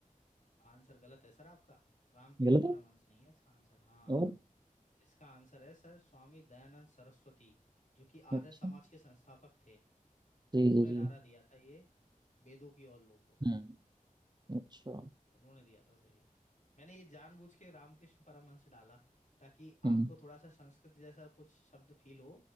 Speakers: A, on the left; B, on the right.
A: आंसर गलत है सर आपका रामकृष्ण
B: गलत
A: परमहंस
B: है
A: नहीं है इसका आंसर हाँ
B: और
A: इसका आंसर है सर स्वामी दयानंद सरस्वती जो कि
B: अच्छा
A: आर्य समाज के संस्थापक थे
B: जी
A: उन्होंने
B: जी जी
A: नारा दिया था ये वेदों की ओर लौटो
B: हम्म अच्छा
A: उन्होंने दिया था सर ये मैंने ये जानबूझ के रामकृष्ण परमहंस डाला ताकि
B: हम्म
A: आपको थोड़ा सा संस्कृत जैसा कुछ शब्द फील हो